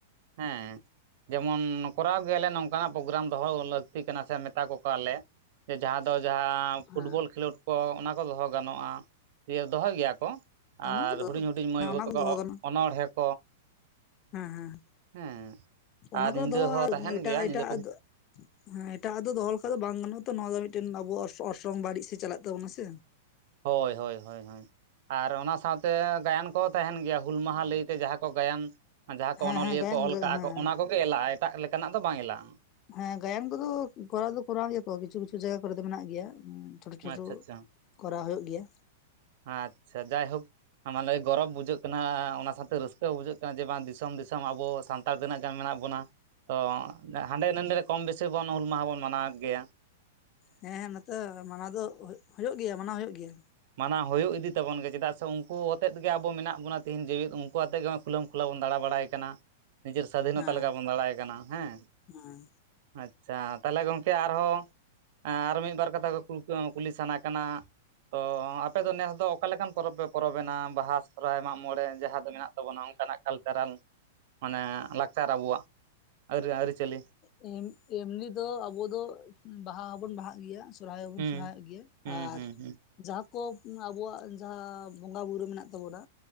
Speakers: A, on the right; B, on the left.
A: ᱦᱮᱸ ᱡᱮᱢᱚᱱ ᱠᱚᱨᱟᱣ ᱜᱮᱭᱟᱞᱮ ᱱᱚᱝᱠᱟᱱᱟᱜ ᱯᱨᱳᱜᱨᱟᱢ ᱫᱚᱦᱚ ᱞᱟᱠ ᱞᱟᱹᱠᱛᱤ ᱠᱟᱱᱟ ᱥᱮ ᱢᱮᱛᱟ ᱠᱚ ᱠᱟᱞᱮ ᱡᱟᱦᱟᱸ ᱫᱚ ᱡᱟᱦᱟᱸ
B: ᱦᱮᱸ
A: ᱯᱷᱩᱴᱵᱚᱞ ᱠᱷᱮᱞᱳᱰ ᱠᱚ ᱚᱱᱟ ᱠᱚ ᱫᱚᱦᱚ ᱜᱟᱱᱚᱜᱼᱟ ᱮ ᱫᱚᱦᱚ ᱜᱮᱭᱟ ᱠᱚ ᱟᱨ
B: ᱚᱱᱟ ᱠᱚᱫᱚ
A: ᱦᱩᱰᱤᱧ ᱦᱩᱰᱤᱧ ᱢᱟᱹᱭ
B: ᱦᱮᱸ
A: ᱵᱟᱹᱵᱩ
B: ᱚᱱᱟ
A: ᱛᱟᱠᱚ
B: ᱠᱚ ᱫᱚᱦᱚ ᱜᱟᱱᱚᱜᱼᱟ
A: ᱚᱱᱚᱲᱦᱮ ᱠᱚ
B: ᱦᱮᱸ ᱦᱮᱸ
A: ᱦᱮᱸ
B: ᱚᱱᱟ
A: ᱟᱨ
B: ᱠᱚᱨᱮ
A: ᱧᱤᱫᱟᱹ
B: ᱫᱚᱦᱚ
A: ᱦᱚᱸ ᱛᱟᱦᱮᱱ
B: ᱮᱴᱟᱜ
A: ᱜᱮᱭᱟ
B: ᱮᱴᱟᱜ
A: ᱧᱤᱫᱟᱹ ᱦᱮᱸ
B: ᱦᱮᱸ ᱮᱴᱟᱜ ᱫᱚᱦᱚ ᱞᱮᱠᱷᱟᱡ ᱫᱚ ᱵᱟᱝ ᱜᱟᱱᱚᱜᱼᱟ ᱛᱚ ᱱᱚᱣᱟ ᱫᱚ ᱢᱤᱫᱴᱮᱱ ᱟᱵᱚ ᱟᱜ ᱚ ᱚᱨ ᱥᱚᱝ ᱵᱟᱹᱲᱤᱡ ᱥᱮᱫ ᱪᱟᱞᱟᱜ ᱛᱟᱵᱚᱱᱟ ᱥᱮ
A: ᱦᱳᱭ ᱦᱳᱭ ᱦᱳᱭ ᱦᱳᱭ ᱟᱨ ᱚᱱᱟ ᱥᱟᱶᱛᱮ ᱜᱟᱭᱟᱱ ᱠᱚᱦᱚᱸ ᱛᱟᱦᱮᱱ ᱜᱮᱭᱟ ᱦᱩᱞ ᱢᱟᱦᱟ ᱞᱟᱹᱭᱛᱮ ᱡᱟᱦᱟᱸ ᱠᱚ ᱜᱟᱭᱟᱱ ᱡᱟᱦᱟᱸ ᱠᱚ
B: ᱦᱮᱸ
A: ᱚᱱᱚᱞᱤᱭᱟᱹ
B: ᱦᱮᱸ ᱜᱟᱭᱟᱱ
A: ᱠᱚ ᱚᱞ ᱠᱟᱜᱼᱟ
B: ᱦᱮᱸ
A: ᱠᱚ ᱚᱱᱟ ᱠᱚᱜᱮ ᱮᱞᱟᱜᱼᱟ ᱮᱴᱟᱜ ᱞᱮᱠᱟᱱᱟᱜ ᱫᱚ ᱵᱟᱝ ᱮᱞᱟᱜᱼᱟ
B: ᱦᱮᱸ ᱜᱟᱭᱟᱱ ᱠᱚᱫᱚ ᱠᱚᱨᱟᱣ ᱫᱚ ᱠᱚᱨᱟᱣ ᱜᱮᱭᱟ ᱠᱚ ᱠᱤᱪᱷᱩ ᱠᱤᱪᱷᱩ ᱡᱟᱭᱜᱟ ᱠᱚᱨᱮ ᱫᱚ ᱢᱮᱱᱟᱜ ᱜᱮᱭᱟ ᱪᱷᱳᱴᱳ ᱪᱷᱳᱴᱳ
A: ᱟᱪᱪᱷᱟ ᱟᱪᱪᱷᱟ
B: ᱠᱚᱨᱟᱣ ᱦᱩᱭᱩᱜ ᱜᱮᱭᱟ
A: ᱟᱪᱪᱷᱟ ᱡᱟᱭᱦᱳᱠ ᱢᱟᱱᱮ ᱜᱚᱨᱚᱵ ᱵᱩᱡᱷᱟᱹᱜ ᱠᱟᱱᱟ ᱚᱱᱟ ᱥᱟᱛᱮ ᱨᱟᱹᱥᱠᱟᱹ ᱵᱩᱡᱷᱟᱹᱜ ᱠᱟᱱᱟ ᱡᱮ ᱵᱟᱝ ᱫᱤᱥᱚᱢ ᱫᱤᱥᱚᱢ ᱟᱵᱚ ᱥᱟᱱᱛᱟᱲ ᱛᱤᱱᱟᱹᱜ ᱜᱟᱱ ᱢᱮᱱᱟᱜ ᱵᱚᱱᱟ ᱛᱚ ᱦᱟᱸᱰᱮ ᱱᱟᱰᱮ ᱠᱚᱢ ᱵᱮᱥᱤ ᱵᱚᱱ ᱦᱩᱞ ᱢᱟᱦᱟ ᱵᱚᱱ ᱢᱟᱱᱟᱣᱮᱫ ᱜᱮᱭᱟ
B: ᱦᱮᱸ ᱦᱮᱸ ᱱᱚᱛᱮ ᱢᱟᱱᱟᱣ ᱫᱚ ᱦᱩᱭᱩᱜ ᱜᱮᱭᱟ ᱢᱟᱱᱟᱣ ᱦᱩᱭᱩᱜ ᱜᱮᱭᱟ
A: ᱢᱟᱱᱟᱣ ᱦᱩᱭᱩᱜ ᱤᱫᱤ ᱛᱟᱵᱚᱱ ᱜᱮ ᱪᱮᱫᱟᱜ ᱥᱮ ᱩᱱᱠᱩ ᱦᱚᱛᱮᱜ ᱜᱮ ᱟᱵᱚ ᱢᱮᱱᱟᱜ ᱵᱚᱱᱟ ᱛᱮᱦᱤᱧ ᱡᱮᱣᱤᱫ ᱩᱱᱠᱩ ᱟᱛᱮᱜ ᱜᱮᱵ ᱠᱩᱞᱟᱹᱢ ᱚᱞᱟ ᱵᱚᱱ ᱫᱟᱬᱟ ᱵᱟᱲᱟᱭ ᱠᱟᱱᱟ ᱱᱤᱡᱮᱨ ᱥᱟᱹᱫᱷᱤᱱᱚᱛᱟ
B: ᱦᱮᱸ
A: ᱞᱮᱠᱟ ᱵᱚᱱ ᱫᱟᱬᱟᱭ ᱠᱟᱱᱟ ᱦᱮᱸ
B: ᱦᱮᱸ
A: ᱟᱪ ᱟᱪᱪᱷᱟ ᱛᱟᱦᱚᱞᱮ ᱜᱚᱢᱠᱮ ᱟᱨᱦᱚᱸ ᱟᱨᱚ ᱢᱤᱫ ᱵᱟᱨ ᱠᱟᱛᱷᱟ ᱠᱚ ᱠᱩᱞᱤ ᱥᱟᱱᱟ ᱠᱟᱱᱟ ᱛᱚ ᱟᱯᱮ ᱫᱚ ᱱᱮᱥ ᱫᱚ ᱚᱠᱟ ᱞᱮᱠᱟᱱ ᱯᱚᱨᱚᱵᱽ ᱯᱮ ᱯᱚᱨᱚᱵᱮᱱᱟ ᱵᱟᱦᱟ ᱥᱚᱦᱨᱟᱭ ᱢᱟᱜ ᱢᱚᱬᱮ ᱡᱟᱦᱟᱸ ᱫᱚ ᱢᱮᱱᱟᱜ ᱛᱟᱵᱚᱱᱟ ᱚᱱᱠᱟᱱᱟᱜ ᱠᱟᱞᱪᱟᱨᱟᱞ ᱢᱟᱱᱮ ᱞᱟᱠᱪᱟᱨ ᱟᱵᱚᱣᱟᱜ ᱟᱹᱨᱤ ᱟᱹᱨᱤᱪᱟᱹᱞᱤ
B: ᱦᱮᱸ ᱮᱢᱱᱤ ᱫᱚ ᱟᱵᱚ ᱫᱚ ᱵᱟᱦᱟ ᱦᱚᱵᱚᱱ ᱵᱟᱦᱟᱜ ᱜᱮᱭᱟ ᱥᱚᱨᱦᱟᱭ ᱦᱚᱸᱵᱚᱱ
A: ᱦᱩᱸ
B: ᱥᱚᱨᱦᱟᱭᱚᱜ ᱜᱮᱭᱟ
A: ᱦᱩᱸ
B: ᱟᱨ
A: ᱦᱩᱸ ᱦᱩᱸ
B: ᱡᱟᱦᱟᱸ ᱟᱵᱚ ᱟᱵᱚᱣᱟᱜ ᱡᱟᱦᱟᱸ ᱵᱚᱸᱜᱟ ᱵᱩᱨᱩ ᱢᱮᱱᱟᱜ ᱛᱟᱵᱚᱱᱟ